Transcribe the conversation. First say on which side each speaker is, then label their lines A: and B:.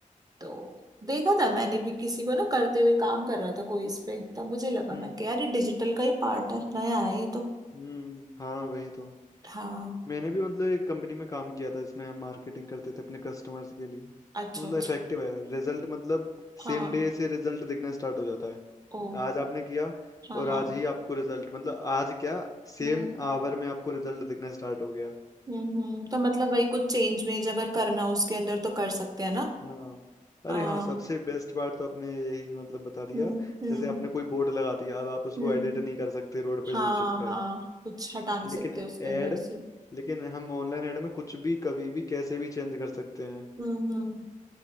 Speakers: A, on the right; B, on the left.
A: तो देखा था मैंने भी किसी को ना करते हुए काम कर रहा था कोई इस पे तब मुझे लगा
B: हम्म
A: मैं यार ये डिजिटल का ही पार्ट है नया है ये तो
B: हम्म हाँ वही तो
A: हाँ
B: मैंने भी मतलब एक कंपनी में काम किया था इसमें हम मार्केटिंग करते थे अपने कस्टमर्स के लिए
A: अच्छा
B: तो मतलब
A: अच्छा
B: इफेक्टिव है रिजल्ट मतलब
A: हाँ
B: सेम डे से रिजल्ट दिखना स्टार्ट हो जाता है
A: ओ
B: आज आपने किया
A: हाँ
B: और
A: हाँ
B: आज ही आपको रिजल्ट मतलब आज क्या सेम
A: हम्म
B: आवर में आपको रिजल्ट दिखना स्टार्ट हो गया
A: हम्म हम्म, तो मतलब वही कुछ चेंज वेंज अगर करना हो उसके अंदर तो कर सकते हैं ना
B: हाँ
A: आ,
B: अरे हाँ सबसे बेस्ट पार्ट तो आपने यही मतलब बता दिया
A: हम्म हम्म
B: जैसे आपने कोई बोर्ड लगा दिया अब आप उसको
A: हम्म
B: एडिट नहीं कर सकते रोड पे
A: हाँ
B: जो चिपका है
A: हाँ कुछ हटा नहीं
B: लेकिन
A: सकते
B: एड
A: उसके अंदर से
B: लेकिन हम ऑनलाइन एड में कुछ भी कभी भी कैसे भी चेंज कर सकते हैं
A: हम्म हम्म